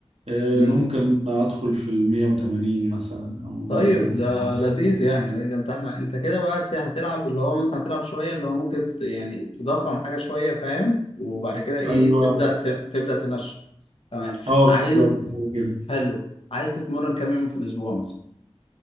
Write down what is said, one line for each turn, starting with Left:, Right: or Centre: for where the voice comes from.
Right: آه،
Left: امم
Right: ممكن ادخل في ال 180 مثلا او 177
Left: طيب ده لذيذ يعني ده انت احنا انت كده بقى ت- هتلعب اللي هو مثلا هتلعب شويه اللي هو ممكن ت- يعني تضخم حاجه شويه فاهم وبعد كده ايه
Right: ايوه
Left: تبدا ت- تبدا تنشف تمام
Right: اه
Left: عايز
Right: بالظبط هو كده
Left: حلو عايز تتمرن كام يوم في الاسبوع مثلا